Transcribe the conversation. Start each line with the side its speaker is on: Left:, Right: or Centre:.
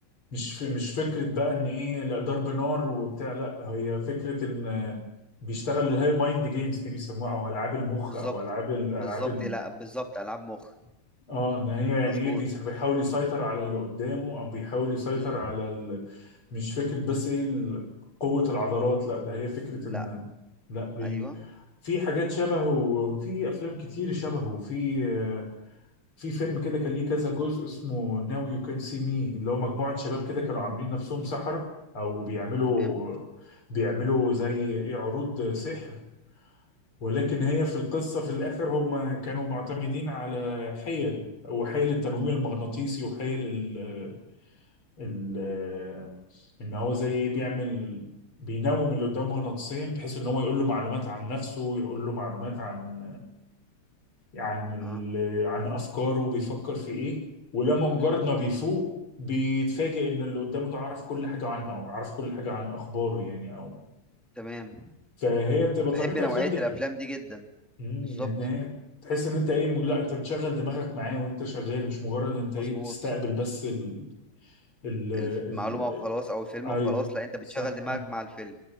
Left: مش ف- مش فكره بقى ان ايه لا ضرب نار وبتاع لا هي فكره ان بيشتغل اللي هي مايند جيمز دي بيسموها او العاب المخ
Centre: بالظبط
Left: او العاب الالعاب
Centre: بالظبط لا بالظبط العاب مخ
Left: اه ان هي يعني
Centre: مظبوط
Left: ايه بيس- بيحاول يسيطر على اللي قدامه او بيحاول يسيطر
Centre: مم.
Left: على ال... مش فكرة بس ايه ال- قوة العضلات لا ده هي فكرة
Centre: لا
Left: ان لا بي...
Centre: ايوه
Left: في حاجات شبهه وفي افلام كتير شبهه في آه، في فيلم كده كان ليه كذا جزء اسمه ناو يو كان سي مي اللي هو مجموعة شباب كده كانوا عاملين نفسهم سحرة او بيعملوا
Centre: تمام
Left: بيعملوا زي ايه عروض سحر ولكن
Centre: مم.
Left: هي في القصة في الآخر هم كانوا معتمدين على حيل وحيل التنويم المغناطيسي وحيل ال ال إن هو زي بيعمل بينوم اللي قدامه مغناطيسيا بحيث إن هو يقول له معلومات عن نفسه ويقول له معلومات عن عن ال
Centre: اه
Left: عن أفكاره بيفكر في إيه ولما مجرد
Centre: مم.
Left: ما بيفوق بيتفاجئ إن اللي قدامه ده عارف كل حاجة عنه أو عارف كل حاجة عن أخباره يعني أو
Centre: تمام
Left: فهي بتبقى
Centre: بحب
Left: طبيعة الأفلام
Centre: نوعية
Left: دي
Centre: الافلام دي جدا
Left: امم
Centre: بالظبط
Left: ان هي تحس ان انت ايه م- لا انت بتشغل دماغك معاه وانت شغال مش مجرد انت
Centre: مظبوط
Left: ايه بتستقبل بس ال ال ال
Centre: المعلومة وخلاص او الفيلم
Left: ايوه
Centre: وخلاص لا انت بتشغل
Left: صح
Centre: دماغك
Left: صح
Centre: مع الفيلم